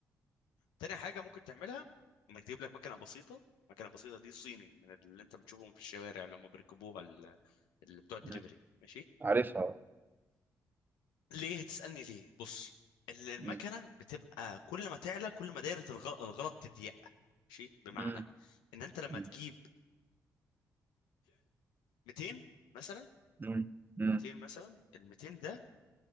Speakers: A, on the left (about 80°); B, on the right (about 25°).
A: تاني حاجة ممكن تعملها انك تجيب لك مكنة بسيطة مكنة بسيطة دي صيني من اللي انت بتشوفهم في الشوارع اللي هم بيركبوها ال- اللي بتوع الدليفري
B: مم.
A: ماشي
B: عارفها
A: ليه تسألني ليه بص ال- المكنة
B: مم.
A: بتبقى كل ما تعلى كل ما دايرة الغ- الغلط تضيق ماشي بمعنى
B: مم.
A: ان انت لما
B: مم.
A: تجيب 200 مثلا
B: مم. مم.
A: 200 مثلا ال 200 ده